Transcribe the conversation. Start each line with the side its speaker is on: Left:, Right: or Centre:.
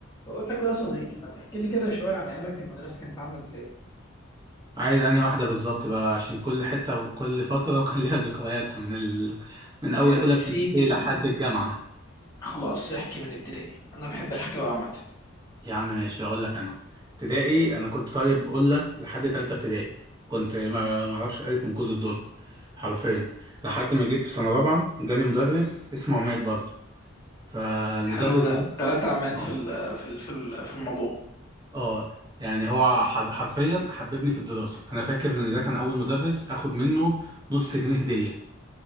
Left: بقول لك يا صديقي ما تحكي لي كده شوية عن أيامك في المدرسة كانت عاملة إزاي؟
Right: عايز انهي واحدة بالظبط بقى عشان كل حتة وكل فترة وكان ليها ذكرياتها من ال... من
Left: يا
Right: أول أولى
Left: سيدي
Right: ابتدائي لحد الجامعة
Left: خلاص احكي من ابتدائي أنا بحب الحكاية عامة
Right: يا عم ماشي أقول لك أنا ابتدائي أنا كنت طالب قلة لحد تالتة ابتدائي كنت ما ما أعرفش الألف من كوز الذرة حرفيا لحد ما جيت في سنة رابعة جالي مدرس اسمه عماد برضه فالمدرس
Left: حلو ده
Right: ده
Left: تلاتة عماد
Right: اه
Left: في ال في ال في ال في الموضوع
Right: اه يعني هو حر- حرفيا حببني في الدراسة أنا فاكر إن ده كان أول مدرس آخد منه نص جنيه هدية